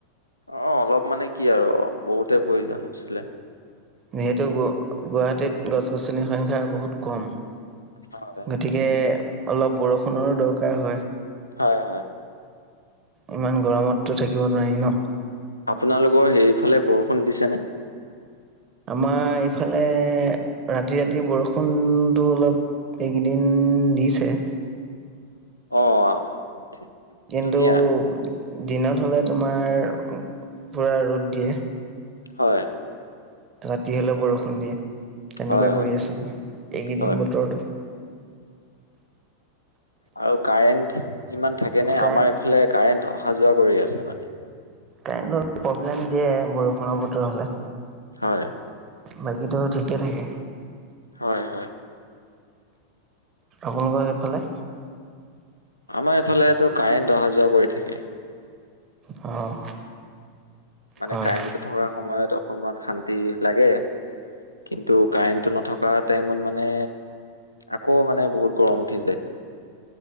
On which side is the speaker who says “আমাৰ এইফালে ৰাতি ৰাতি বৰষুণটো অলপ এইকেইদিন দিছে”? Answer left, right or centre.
Right